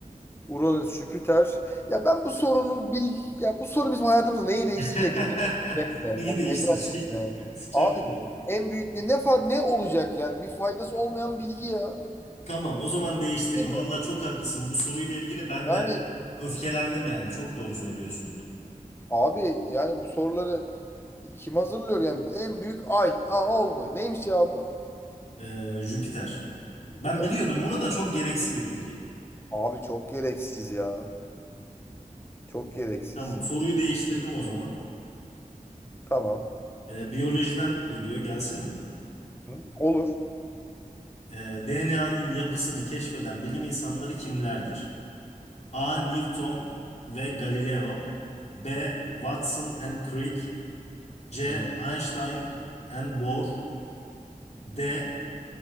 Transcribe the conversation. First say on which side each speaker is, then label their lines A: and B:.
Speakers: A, on the left; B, on the left.
A: Uranüs, Jüpiter. Ya ben bu sorunun bir... Ya bu soru bizim hayatımızda neyi değiştirecek?
B: <laughs>
A: ki? Neyi değiştirecek? Yani
B: Neyi
A: Hani
B: değiştirecek?
A: Necati ya.
B: <laughs> Çok
A: Abi
B: doğru.
A: en büyük ya ne far ne olacak yani? Bir faydası olmayan bilgi ya.
B: Tamam, o zaman değiştireyim.
A: Değil mi?
B: Valla çok haklısın. Bu soruyla ilgili ben
A: Yani
B: de öfkelendim yani. Çok doğru söylüyorsun.
A: abi yani bu soruları Kim hazırlıyor yani? En büyük ay. Ha oldu. Neymiş ya bu?
B: Ee, Jüpiter.
A: Biter.
B: Ben biliyordum bunu da çok gereksiz bir bilgi.
A: Abi çok gereksiz ya. Çok gereksiz.
B: Tamam, soruyu değiştirdim o zaman.
A: Tamam.
B: Ee, biyolojiden geliyor, gelsin mi?
A: Hı, Olur.
B: DNA'nın yapısını keşfeden bilim insanları kimlerdir? A. Newton ve Galileo B. Watson and Crick C.
A: Hı.
B: Einstein and Bohr. D.